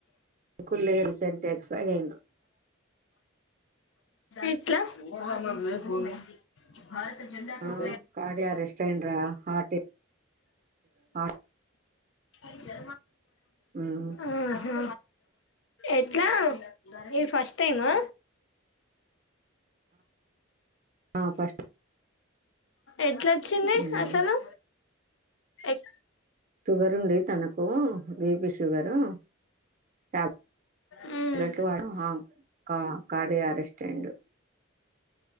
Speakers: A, on the right; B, on the left.
A: అంకుల్ రీసెంట్ ఎక్స్పైర్ అయ్యిండ్రు
B: ఇట్ల <unintelligible>
A: ఆ కార్డి అరెస్ట్ అయ్యిండ్రా హార్ట్ హార్ట్
B: వేరే
A: ఉమ్
B: ఆహా ఎట్లా ఇది ఫస్టైమా
A: ఆ ఫస్ట్
B: ఎట్లోచ్చింది
A: ఉమ్
B: అసలు ఎక్
A: తుగరుంది తనకు బీపి షుగరు పలేట్లువా
B: మ్మ్
A: ఆ కా కార్డే అడేస్ట్ అయిండు